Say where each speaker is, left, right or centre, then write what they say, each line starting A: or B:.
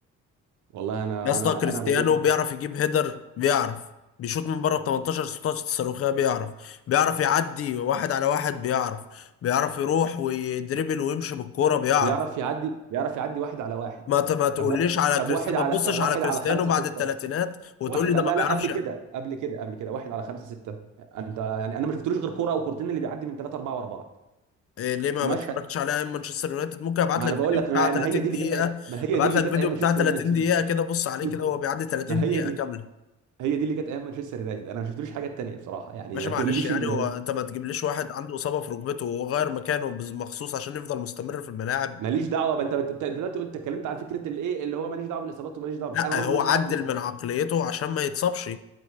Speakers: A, on the right (about 80°); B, on the left (about 50°).
A: والله انا
B: يا اسطى
A: انا
B: كريستيانو
A: انا بقول لك
B: بيعرف
A: اهو
B: يجيب هيدر بيعرف بيشوط من بره ال 18 16 صاروخيه بيعرف بيعرف يعدي واحد على واحد بيعرف بيعرف يروح ويدربل ويمشي بالكوره بيعرف
A: بيعرف يعدي بيعرف يعدي واحد على واحد
B: ما ت- ما تقوليش
A: طب واحد
B: على
A: طب
B: كريستيانو
A: واحد على
B: ما تبصش
A: طب واحد
B: على كريستيانو
A: على خمسه
B: بعد
A: سته
B: الثلاثينات وتقول
A: واحد
B: لي ده
A: لا
B: ما
A: لا
B: بيعرفش
A: قبل كده
B: يعني.
A: قبل كده قبل كده واحد على خمسة ستة انت يعني انا ما شفتلوش غير كرة او كورتين اللي بيعدي من ثلاثة أربعة ورا بعض
B: إيه ليه ما
A: مشهد
B: ما اتفرجتش على أيام مانشستر يونايتد ممكن ابعت
A: ما
B: لك
A: انا بقول
B: فيديو
A: لك
B: بتاع
A: ما
B: 30
A: ما هي دي اللي
B: دقيقه
A: كانت أي- ما هي
B: ابعت
A: دي اللي
B: لك
A: كانت
B: فيديو
A: ايام مانشستر
B: بتاع 30
A: يونايتد
B: دقيقه كده بص عليه
A: <laughs>
B: كده هو بيعدي 30
A: ما هي
B: دقيقه
A: دي
B: كامله
A: هي دي اللي كانت ايام مانشستر يونايتد انا ما شفتلوش حاجات تانية بصراحة يعني
B: ماشي
A: ما
B: معلش
A: تقوليش
B: يعني
A: ان
B: هو انت ما تجيبليش واحد عنده اصابه في ركبته وغير مكانه بز- مخصوص عشان يفضل مستمر في الملاعب
A: ماليش دعوة بقى انت انت أنت دلوقتي قلت اتكلمت على فكرة الايه اللي هو ماليش دعوة بالاصابات وماليش دعوة
B: لا
A: انا برضو
B: هو
A: ماليش
B: عدل
A: دعوة بالاصابات
B: من عقليته عشان ما يتصابش